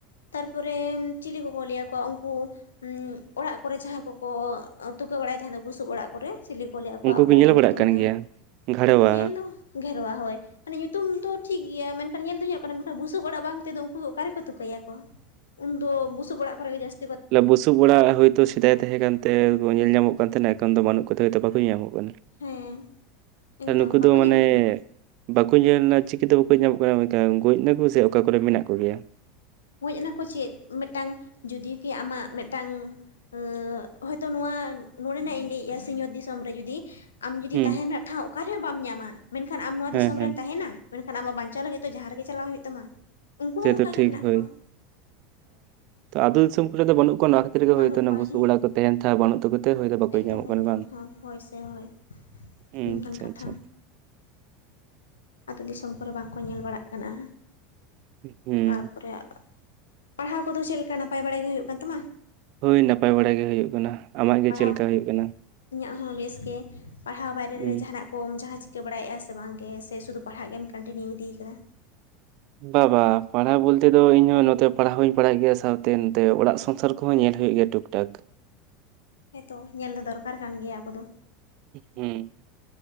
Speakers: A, on the left; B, on the right.
A: ᱛᱟᱨ-ᱯᱚᱨᱮ ᱪᱤᱞᱤ ᱠᱚᱠᱚ ᱞᱟᱹᱭ ᱟᱠᱚᱣᱟ ᱩᱱᱠᱩ ᱩᱸᱻᱜ ᱚᱲᱟᱜ? ᱠᱚᱨᱮ ᱡᱟᱦᱟᱸᱭ ᱠᱚᱠᱚ ᱛᱩᱠᱟᱹ ᱵᱟᱲᱟᱭ ᱛᱟᱦᱮᱸ ᱱᱟ ᱵᱩᱥᱩᱵ ᱚᱲᱟᱜ ᱚᱨᱮ ᱥᱤᱞᱤ ᱠᱚ ᱞᱮᱫ ᱟᱠᱚᱣᱟ
B: ᱩᱱᱠᱩ
A: ᱟᱵᱚ
B: ᱠᱚ ᱧᱮᱞ ᱵᱟᱲᱟᱜ
A: ᱧᱩᱛᱩᱢ
B: ᱠᱟᱱ
A: ᱫᱚ
B: ᱜᱮᱭᱟ ᱜᱷᱟᱲᱣᱟ
A: ᱧᱮᱞ ᱫᱚ ᱜᱷᱮᱨᱣᱟ ᱦᱳᱭ ᱢᱟᱱᱮ ᱧᱩᱛᱩᱢ ᱫᱚ ᱴᱷᱤᱠ ᱜᱮᱭᱟ ᱢᱮᱱᱠᱷᱟᱱ ᱢᱟᱱᱮ ᱧᱩᱛᱩᱢ ᱫᱚ ᱴᱷᱤᱠ ᱜᱤᱭᱟ ᱢᱮᱱᱠᱷᱟᱱ ᱧᱮᱞ ᱫᱚ ᱧᱮᱞᱚᱜ ᱠᱟᱱᱟ ᱢᱮᱱᱠᱷᱟᱱ ᱵᱩᱥᱩᱵ ᱚᱲᱟᱜ ᱵᱟᱝ ᱛᱮᱫᱚ ᱩᱱᱠᱩ ᱫᱚ ᱚᱠᱟᱨᱮ ᱠᱚ ᱛᱩᱠᱟᱹᱭᱟ ᱠᱚ ᱩᱱᱫᱚ ᱵᱩᱥᱩᱵ ᱚᱲᱟᱜ ᱠᱚᱨᱮ ᱜᱮ ᱡᱟᱹᱥ
B: ᱞᱚ ᱵᱩᱵᱥᱩ ᱚᱲᱟᱜ ᱦᱳᱭ ᱛᱚ ᱥᱮᱫᱟᱭ ᱛᱮᱦᱮᱸ ᱠᱟᱱ ᱛᱮ ᱠᱩ ᱧᱮᱞ ᱧᱟᱢᱚᱜ ᱠᱟᱱ ᱛᱟᱦᱮᱸᱱᱟ ᱮᱠᱷᱚᱱ ᱫᱚ ᱵᱟᱹᱱᱩᱜ ᱠᱚᱛᱮ ᱵᱟᱠᱚ ᱧᱟᱢᱚᱜ ᱠᱟᱱᱟ
A: ᱦᱮᱸ ᱮᱠᱫᱚᱢ
B: ᱾ ᱱᱩᱠᱩ
A: ᱵᱟᱠᱚ
B: ᱫᱚ ᱢᱟᱱᱮ
A: ᱧᱮᱞᱚᱜ ᱠᱟᱱᱟ ᱛᱚ
B: ᱵᱟᱠᱩ ᱡᱚᱭᱮᱱ ᱫᱟ ᱪᱤᱠᱟᱹ ᱛᱮ ᱵᱟᱠᱩ ᱧᱟᱢᱚᱜ ᱠᱟᱱᱟ ᱢᱮᱛᱟ ᱜᱚᱡ ᱱᱟᱠᱩ ᱥᱮ ᱚᱠᱟ ᱠᱚᱨᱮ ᱢᱮᱱᱟᱜ ᱠᱚ ᱜᱮᱭᱟ?
A: ᱦᱚᱡ ᱮᱱᱟ ᱠᱚ ᱪᱮᱫ ᱢᱮᱜᱴᱟᱝ ᱡᱩᱫᱤ ᱜᱮ ᱟᱢᱟᱜ ᱢᱮᱜᱴᱟᱝ ᱩᱸᱻ ᱦᱚᱭᱛᱳ ᱱᱚᱶᱟ ᱱᱚᱰᱮ ᱱᱟᱜ ᱤᱧ ᱞᱟᱹᱭᱮᱜᱼᱟ ᱥᱤᱧ ᱛᱚ ᱫᱤᱥᱚᱢ ᱨᱮ ᱡᱩᱫᱤ ᱟᱢ ᱡᱩᱫᱤ
B: ᱦᱩᱸ
A: ᱛᱟᱦᱮ ᱮᱱᱟᱜ ᱴᱷᱟᱶ ᱚᱠᱟ ᱨᱮᱦᱚᱸ ᱵᱟᱢ ᱧᱟᱢᱟ ᱢᱮᱱᱠᱷᱟᱱ ᱟᱢ ᱱᱚᱣᱟ
B: ᱦᱮᱸ
A: ᱫᱤᱥᱚᱢ
B: ᱦᱮᱸ
A: ᱨᱮᱢ ᱛᱟᱦᱮᱱᱟ? ᱢᱮᱱᱠᱷᱟᱱ ᱟᱢᱟᱜ ᱵᱟᱧᱪᱟᱣ ᱞᱟᱹᱜᱤᱫ ᱛᱚ ᱡᱟᱦᱟᱸ ᱨᱮᱜᱮ ᱪᱟᱞᱟᱣ ᱦᱩᱭᱩᱜ ᱛᱟᱢᱟ? ᱩᱱᱠᱩ ᱦᱚᱸ
B: ᱥᱮᱛᱚ
A: ᱚᱱᱠᱟ ᱜᱮ
B: ᱴᱷᱤᱠ
A: ᱢᱮᱱᱟᱜ
B: ᱦᱳᱭ
A: ᱠᱚᱣᱟ
B: ᱟᱹᱛᱩ ᱫᱤᱥᱚᱢ ᱠᱚᱨᱮ ᱫᱚ ᱵᱟᱹᱱᱩᱜ ᱠᱚᱣᱟ ᱱᱚᱣᱟ <unintelligible> ᱠᱷᱟᱹᱛᱤᱨᱜᱮ
A: ᱵᱟᱹᱱᱩᱜ
B: ᱦᱚᱭᱛᱳ
A: ᱠᱚᱣᱟ
B: <unintelligible> ᱵᱩᱥᱩᱵ
A: ᱦᱮᱸ
B: ᱚᱲᱟᱜ ᱠᱚ ᱛᱮᱦᱮᱸᱱ ᱛᱷᱟ ᱵᱟᱹᱱᱩᱜ ᱛᱟᱠᱩ ᱛᱮ ᱵᱟᱸᱠᱚ
A: ᱮᱠᱫᱚᱢ
B: ᱧᱟᱢᱚᱜ
A: ᱮᱠᱫᱚᱢ
B: ᱠᱟᱱᱟ ᱵᱟᱝ
A: ᱦᱳᱭ ᱦᱳᱭ ᱥᱮ ᱦᱳᱭ
B: ᱦᱸ
A: ᱚᱱᱠᱟᱱ
B: ᱟᱪᱪᱷᱟ
A: ᱠᱟᱛᱷᱟ
B: ᱟᱪᱪᱷᱟ
A: ᱟᱛᱩ ᱫᱤᱥᱚᱢ ᱠᱚᱨᱮ ᱵᱟᱝᱠᱚ ᱧᱮᱞ ᱵᱟᱲᱟᱜ ᱠᱟᱱᱟ
B: ᱦᱩᱸ
A: ᱛᱟᱨᱯᱚᱨᱮ ᱯᱟᱲᱦᱟᱣ ᱠᱚᱫᱚ ᱪᱮᱫ ᱞᱮᱠᱟ ᱱᱟᱯᱟᱭ ᱵᱟᱲᱟ ᱜᱮ ᱦᱩᱭᱩᱜ ᱠᱟᱱ ᱛᱟᱢᱟ
B: ᱦᱳᱭ ᱱᱟᱯᱟᱭ ᱵᱟᱲᱟ ᱜᱮ ᱦᱩᱭᱩᱜ ᱠᱟᱱᱟ ᱟᱢᱟᱜ ᱜᱮ
A: ᱯᱟᱲᱦᱟᱣ
B: ᱪᱮᱜ ᱞᱮᱠᱟ ᱦᱩᱭᱩᱜ ᱠᱟᱱᱟ
A: ᱤᱧᱟᱹᱜ ᱦᱚᱸ ᱵᱮᱥ ᱜᱮ ᱯᱟᱲᱦᱟ ᱵᱟᱭᱨᱮ
B: ᱦᱩᱸ
A: ᱨᱮ ᱡᱟᱦᱟᱸᱱᱟᱜ <unintelligible> ᱠᱚᱢ ᱡᱟᱦᱟᱸ ᱪᱤᱠᱟᱹ ᱵᱟᱲᱟᱭᱮᱫᱼᱟ ᱥᱮ ᱵᱟᱝᱜᱮ ᱥᱮ ᱥᱩᱫᱩ ᱯᱟᱲᱦᱟᱜ ᱜᱮᱢ ᱠᱚᱱᱴᱤᱱᱤᱭᱩ ᱤᱫᱤᱭ ᱠᱟᱫᱟ
B: ᱵᱟᱝ ᱵᱟᱝ ᱯᱟᱲᱦᱟᱣ ᱵᱚᱞᱛᱮ ᱫᱚ ᱤᱧᱦᱚᱸ ᱱᱚᱛᱮ ᱯᱟᱲᱦᱟᱣ ᱦᱚᱸᱧ ᱯᱟᱲᱦᱟᱜ ᱜᱮᱭᱟ ᱥᱟᱶᱛᱮ ᱱᱚᱛᱮ ᱚᱲᱟᱜ ᱥᱚᱝᱥᱟᱨ ᱠᱚᱦᱚᱸ ᱧᱮᱞ ᱦᱩᱭᱩᱜ ᱜᱮᱭᱟ ᱴᱩᱠᱴᱟᱠ
A: ᱦᱮᱸ ᱛᱚ ᱧᱮᱞ ᱫᱚ ᱫᱚᱨᱠᱟᱨ ᱠᱟᱱ ᱜᱮᱭᱟ ᱟᱵᱚ ᱫᱚ
B: ᱦᱮᱸ